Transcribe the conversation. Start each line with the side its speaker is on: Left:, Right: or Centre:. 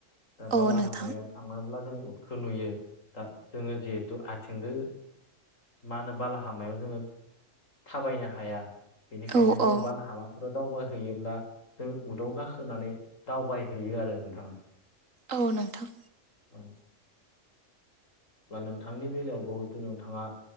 Left: दा बालाहामायाव
Right: औ नोंथां
Left: थाङोब्ला जों उदखौ नुयो दा जोङो जिहेथु आथिंदो मा होनो बालाहामायाव जोङो थाबायनो हाया बेनिखायनो
Right: औ
Left: जोङो
Right: औ
Left: बालाहामा फोराव दावबायहैयोब्ला जों उदाव गाखोनानै दावबायहैयो आरो नोंथाङा
Right: औ नोंथां
Left: औ बा नोंथांनि बेलायावबो हयथ' नोंथांङा